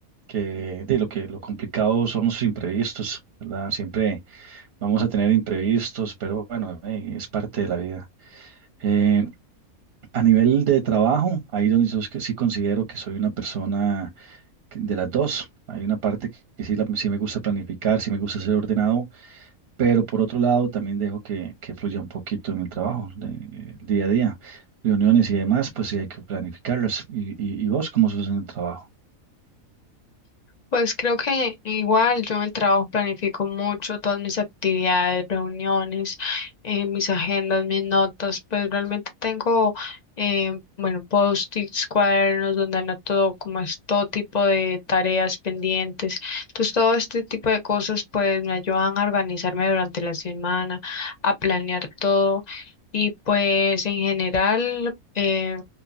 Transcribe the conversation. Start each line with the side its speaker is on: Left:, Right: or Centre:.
Right: que de lo que lo complicado son los imprevistos, ¿verdad? Siempre vamos a tener imprevistos, pero bueno, eh, es parte de la vida. Eh, a nivel de trabajo, ahí donde yo es que sí considero que soy una persona que- de las dos. Hay una parte que que sí, la- sí me gusta planificar, sí me gusta ser ordenado pero por otro lado, también dejo que, que fluya un poquito en el trabajo, de- el día a día, reuniones y demás, pues sí hay que planificarlas. ¿Y, y- y vos cómo sos en el trabajo?
Left: Pues creo que igual yo en el trabajo planifico mucho todas mis actividades, reuniones, eh, mis agendas, mis notas, pues realmente tengo, eh, bueno, post-its, cuadernos donde anoto como es todo tipo de tareas pendientes. Entonces todo este tipo de cosas pues me ayudan a organizarme durante la semana, a planear todo y pues en general eh,